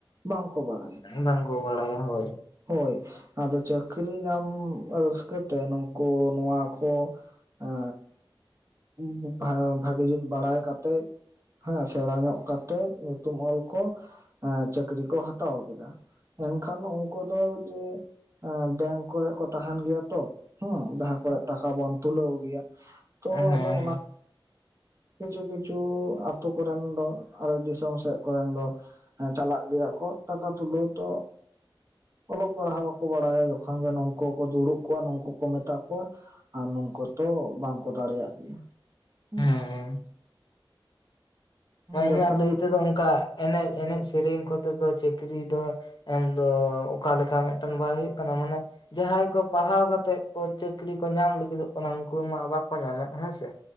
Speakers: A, on the right; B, on the left.
A: ᱵᱟᱝᱠᱚ ᱵᱟᱲᱟᱭᱟ᱾
B: ᱵᱟᱝ ᱠᱚ ᱵᱟᱲᱟᱭᱟ ᱦᱚᱭ᱾
A: ᱦᱚᱭ ᱟᱫᱚ ᱪᱟᱹᱠᱨᱤ ᱧᱟᱢ ᱨᱟᱹᱥᱠᱟᱹᱛᱮ ᱱᱩᱝᱠᱩ ᱱᱚᱣᱟ ᱠᱚᱼᱼ ᱟᱸ ᱵᱚ ᱵᱷᱟ ᱵᱷᱟᱜᱤ ᱡᱩᱛ ᱵᱟᱲᱟᱭ ᱠᱟᱛᱮᱜᱼᱼ ᱦᱮᱸ ᱥᱮᱬᱟ ᱧᱚᱜ ᱠᱟᱛᱮᱡ ᱧᱩᱛᱩᱢ ᱚᱞ ᱠᱚ ᱮᱸ ᱪᱟᱹᱠᱨᱤ ᱠᱚ ᱦᱟᱛᱟᱣ ᱟᱠᱮᱫᱟ᱾ ᱠᱷᱟᱱ ᱩᱱᱠᱩ ᱫᱚ ᱡᱮ ᱟᱸ ᱵᱮᱝ ᱠᱚᱨᱮ ᱠᱚ ᱛᱟᱦᱮᱱ ᱜᱮᱭᱟ ᱛᱚ ᱦᱮᱸ ᱡᱟᱦᱟᱸ ᱠᱚᱨᱮᱫᱼᱼ ᱴᱟᱠᱟ ᱵᱚᱱ ᱛᱩᱞᱟᱹᱣ ᱜᱮᱭᱟ ᱛᱚ
B: ᱦᱮᱸ ᱦᱮᱸ
A: ᱟᱫᱚ ᱚᱱᱟᱼᱼ ᱠᱤᱪᱷᱩ ᱠᱤᱪᱷᱩ ᱟᱛᱩ ᱠᱚ ᱨᱮᱱ ᱫᱚ ᱟᱞᱮ ᱫᱤᱥᱚᱢ ᱥᱮᱜ ᱠᱚᱨᱮᱱ ᱫᱚᱼᱼ ᱦᱮᱸ ᱪᱟᱞᱟᱜ ᱜᱮᱭᱟ ᱠᱚ ᱴᱟᱠᱟ ᱛᱩᱞᱟᱹᱣ ᱛᱚ ᱚᱞᱚᱜ ᱯᱟᱲᱦᱟᱣᱼᱼ ᱠᱚ ᱵᱟᱲᱟᱭᱟ ᱡᱚᱠᱷᱚᱱ ᱜᱮ ᱱᱚᱝᱠᱩ ᱠᱚ ᱫᱩᱲᱩᱵᱼᱼ ᱠᱩᱣᱟ ᱱᱩᱝᱠᱩ ᱠᱚ ᱢᱮᱛᱟ ᱠᱚᱣᱟ ᱟᱨ ᱱᱩᱝᱠᱩ ᱛᱚ ᱵᱟᱝ ᱠᱚ ᱫᱟᱲᱮᱭᱟᱜ ᱜᱮᱭᱟ, ᱦᱮᱸ᱾
B: ᱦᱮᱸ ᱢᱮ ᱤᱧᱟᱜ
A: ᱡᱚᱛᱷᱟᱛ
B: ᱞᱟᱹᱭ
A: ᱜᱮ
B: ᱛᱮᱫᱚ ᱚᱱᱠᱟᱼᱼ ᱮᱱᱮᱡ ᱮᱱᱮᱡ ᱥᱮᱨᱮᱧ ᱠᱚᱛᱮ ᱫᱚ ᱪᱟᱹᱠᱨᱤ ᱫᱚᱼᱼ ᱮᱢ ᱫᱚ ᱚᱠᱟ ᱞᱮᱠᱟ ᱢᱮᱫᱴᱮᱱ ᱵᱟᱭ ᱦᱩᱭᱩᱜ ᱠᱟᱱᱟ ᱢᱟᱱᱮᱼᱼ ᱡᱟᱦᱟᱸᱭ ᱠᱚ ᱯᱟᱲᱦᱟᱣ ᱠᱟᱛᱮᱜ ᱠᱚ ᱪᱟᱹᱠᱨᱤ ᱠᱚ ᱧᱟᱢ ᱞᱟᱹᱜᱤᱫᱚᱜ ᱠᱟᱱᱟ ᱩᱱᱠᱩ ᱢᱟ ᱵᱟᱠᱚ ᱧᱟᱢᱮᱫ ᱦᱮᱸ ᱥᱮ᱾